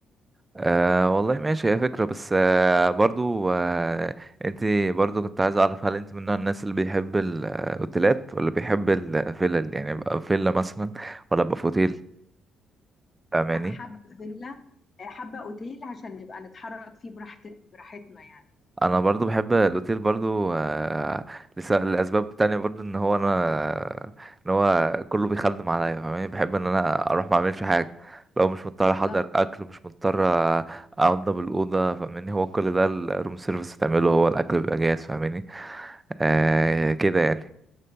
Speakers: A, on the right; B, on the left.
A: آه والله ماشي هي فكرة بس آه برضو آه انت برضو كنت عايز اعرف هل انت من نوع الناس اللي بيحب الاوتيلات ولا بيحب الفيلل يعني يبقى فيلا مثلا ولا يبقى في اوتيل فاهماني
B: لا حابه فيلا آه، حابه اوتيل عشان نبقى نتحرك فيه براحت... براحتنا يعني
A: انا برضو بحب الاوتيل برضو آه، لس- لاسباب تانية برضو ان هو انا ان هو كله بيخدم عليا فاهماني بحب ان انا اروح ما اعملش حاجه لو مش مضطر
B: بالظبط
A: احضر اكل
B: كده.
A: مش مضطر انضف الاوضه فاهماني هو كل ده الروم سيرفيس بتعمله هو الاكل بيبقى جاهز فاهماني آه كده يعني